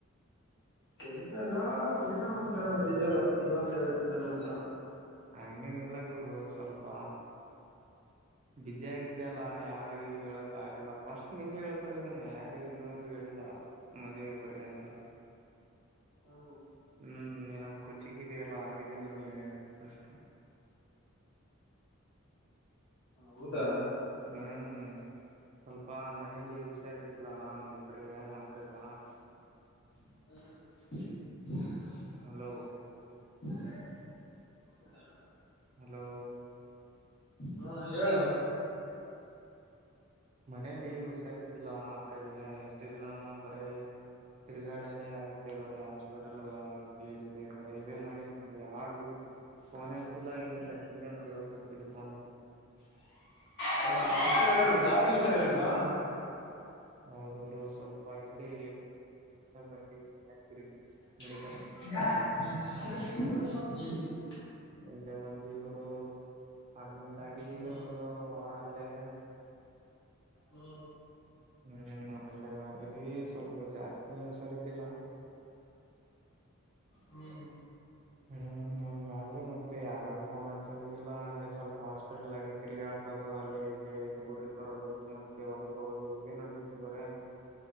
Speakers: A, on the left (about 55°); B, on the right (about 35°).
A: ಕೆಲ್ಸ ಎಲ್ಲಾ ಏನೋ ಒಂದ ತರ ಬೇಜಾರು ಇವತ್ ಹೇಳ್ತಿದ್ದೇನೆ ಅಂತ.
B: ಹಂಗೇನಿಲ್ಲ ಗುರು ಸ್ವಲ್ಪ ಬಿಸಿ ಆಗಿ ಇದೆ. ಇದಲ್ಲಾ
A: ಹ್ಮ್
B: ಯಾವ್ರಿಗೆ ಹೇಳಕ ಆಗಿಲ್ಲ ಫಸ್ಟ್ ನಿನ್ಗೆ ಹೇಳ್ ಹೇಳ್ತಿರೋದು ಯಾರಿಗೆ ಇನ್ನವರ್ಗ ಹೇಳಿಲ್ಲ ಮದ್ವೆಗೆ ಬರಿ ಅಂತ.
A: ಹ್ಮ್
B: ಹ್ಮ್ ನೀ ನನ್ ಕುಚಿಕು ಇದೀಯಲ್ಲ ಅದಕ್ಕೆ ನಿನ್ಗೆ ಹೇಳಿದ ಫಸ್ಟ್.
A: ಹೌದಾ
B: ಹ್ಮ್ ಹ್ಮ್ ಸ್ವಲ್ಪ ಮ ಮನೇಲಿ ಹುಷಾರಿದ್ದಿಲ್ಲ ಒಬ್ರಿಗೆ ಅಕ್ಕಗ.
A: <unintelligible>
B: ಹಲೋ
A: <inaudible>
B: ಹಲೋ
A: ಹಾ ಹೇಳು
B: ಮನೇಲಿ ಹುಷಾರಿದೀಲ್ಲ ಅಕ್ಕಗೆ. ಇಷ್ಟು ದಿನ ಬರೇ ತಿರುಗಾಡದೇ ಆಗತೆ ಬರೇ. ಹಾಸ್ಪಿಟಲ್ ಅಲ್ಲಿ ಇದೇ ಮಾಡಿಲ್ಲ ಯಾರ. ಫೋನ್ ಹಚ್ಚಿಲ್ಲ ಏನಿಲ್ಲ ನಿಮ್ಗೆ ನೋಡಿ ಇವತ್ತು ಹಚ್ಚಿದ ಫೋನ್.
A: ಹೌದಾ ಹುಷಾರಿರಲಿಲ್ಲ ಜಾಸ್ತಿ ಹುಷಾರಿರಾಲಿಲ್ವಾ.
B: ಹೌದು ಗುರು ಸ್ವಲ್ಪ ಇಲ್ಲಿ <unintelligible>
A: <unintelligible>
B: ಮೆಡಿಕಲ್
A: ಹ್ಮ್ ಹ್ಮ್
B: ಎಲ್ಲೇ ಬಂದವರು ಅಡ್ಮಿಟ್ ಆಗಿದ್ದೀವಿ
A: ಹ್ಮ್
B: ಒಂದು ವಾರ ಅಲ್ಲೇ.
A: ಹ್ಮ
B: ಹ್ಮ್ ಒಳ್ಳೆವಾಗಿದ್ವಿ ಸ್ವಲ್ಪ ಜಾಸ್ತಿನೆ ಹುಷಾರು ಇದ್ದಿಲ್ಲ
A: ಹ್ಮ್
B: ಹ್ಮ್ ಹಂಗಾಗಿ ಮತ್ತೆ ಯಾರು ಫೋನ್ ಹ ಸಿಗುದಿಲ್ಲ ಅಲ್ಲಿ ಸ್ವಲ್ಪ ಹಾಸ್ಪಿಟಲ್ ಆಗೈ ತಿರ್ಗ ಆಡೋದು ಅಲ್ಲಿ ಇಲ್ಲಿ ಊಗ್ ಬರೋದು ಮತ್ತೆ ಹೊಲಕ್ಕೇ ಹೋಗೋದು ಇದೇ ನಡದತ್ತು ಬರಿ